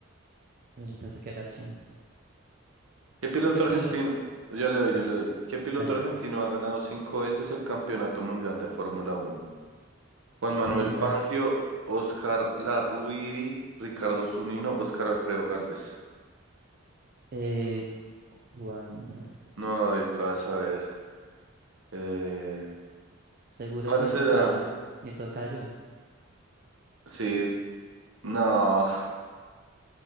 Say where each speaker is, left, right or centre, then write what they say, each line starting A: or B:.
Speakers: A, on the right (about 45°); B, on the right (about 70°).
A: No, yo pensé que era China.
B: ¿Qué piloto
A: ¿Qué piloto?
B: argentino? Yo le doy,
A: Dale,
B: yo le doy. ¿Qué piloto
A: dale,
B: argentino
A: dale.
B: ha ganado cinco veces el Campeonato Mundial de Fórmula Uno? Juan Manuel
A: Juan
B: Fangio,
A: Man,
B: Oscar Larruiri, Ricardo Zunino, Oscar Alfredo Gálvez.
A: eh, Juan Man.
B: No, yo qué vas a ver. Eh,
A: Seguro
B: ¿cuál
A: es mi
B: será?
A: tocayo, mi tocayo.
B: Sí, no.